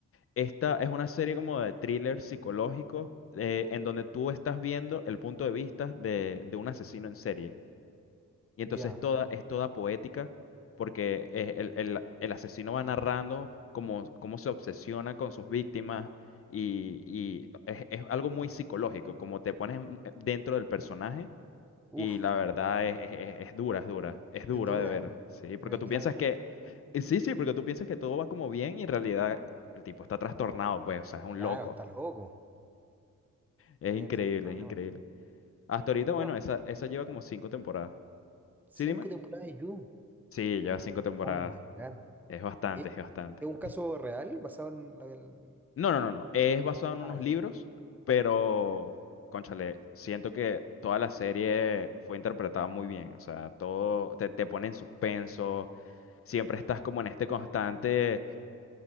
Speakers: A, on the left (about 45°); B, in the centre.
A: esta es una serie como de thriller psicológico eh, en donde tú estás viendo el punto de vista de, de un asesino en serie. Y entonces
B: Ya.
A: toda, es toda poética, porque eh, el, el- el asesino va narrando cómo, cómo se obsesiona con sus víctimas y, y es, es algo muy psicológico, como te pones en- dentro del personaje
B: Uf,
A: y la verdad es, es- es dura, es dura, es duro
B: es dura.
A: de ver,
B: Me,
A: sí, porque
B: me imagino
A: tú piensas
B: que.
A: que, eh, sí, sí, porque tú piensas que todo va como bien y en realidad el tipo está trastornado, pues, o sea, es un
B: Claro,
A: loco,
B: está loco.
A: es
B: Tiene,
A: increíble,
B: tiene problemas.
A: es increíble. Hasta ahorita, bueno,
B: Pero,
A: esa, esa lleva como cinco temporadas.
B: cinco
A: Sí, dime.
B: temporadas de You.
A: Sí, lleva cinco temporadas.
B: Oh my God.
A: Es bastante,
B: ¿Es
A: es bastante.
B: es un caso real basado en la... en-
A: No, no, no, no. Es basado en unos
B: Ah, ya.
A: libros, pero, cónchale, siento que toda la serie fue interpretada muy bien. O sea, todo te, te pone en suspenso. Siempre estás como en este constante